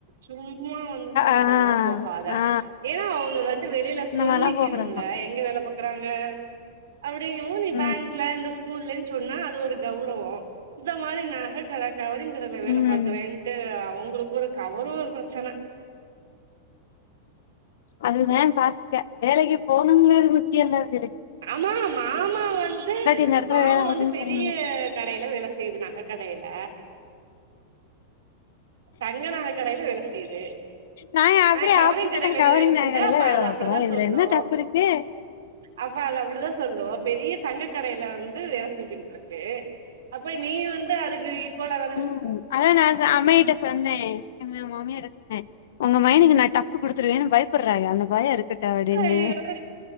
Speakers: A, on the right (about 85°); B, on the left (about 75°).
A: சும்மா வந்து இந்த
B: ஆ
A: மாதில்லா பாத
B: ஆ
A: ஏன்னா அவங்க வந்து வெளில
B: இந்த
A: சொல்லிக்கணும்ல
B: மாரிலா போ கூடாதா
A: எங்க வேல பாக்குறாங்க அப்படிங் போது நீ
B: ம்
A: பேங்க்ல இந்த ஸ்கூல்லன் சொன்னா அது ஒரு கௌரவோ இந்த மாரி நகக்கட கவிரிங் கடைல வேல
B: ம்
A: பாக்குறேன்ட்டு அவங்களுக்கு ஒரு கவருவ பிரச்சன
B: அதுதா பாத்துக்க வேலைக்கு போணுங்கறது முக்கிய இல்ல அவியலுக்
A: ஆமா மாமா வந்து
B: இந்த எடத்துல
A: மாமா
B: வேல பாக்குதுன்னு
A: வந்து பெரிய
B: சொன்னல்ல
A: கடையில வேல செய்து நக கடையில தங்க நக கடையில வேல செய்யுது
B: நாங்க அப்டியே
A: ஆ கவரிங்
B: ஆப்போசிட்டா
A: கடையில
B: கவரிங்
A: நீ வேல
B: நகைகடைல
A: செஞ்சா அப்ப
B: வேல
A: அது
B: பாக்குறோ
A: அப்டிதா
B: இதுல
A: சொல்லு
B: என்ன தப்பு இருக்கு
A: அப்ப அது அப்டிதா சொல்லு பெரிய தங்க கடையில வந்து வேல செஞ்சுக்கிட்டு இருக்கு அப்ப நீ வந்து அதுக்கு இக்குவலா தான
B: ம் அதா நா அம்மகிட்ட சொன்னே எ மாமியாட்ட சொன்னே உங்க மயனுக்கு நா டஃப்புக் குடுத்துருவேன்னு பயப்படுறாக அந்த பயோ இருக் இருக்கட்டு அப்டின்னு
A: ஐயோ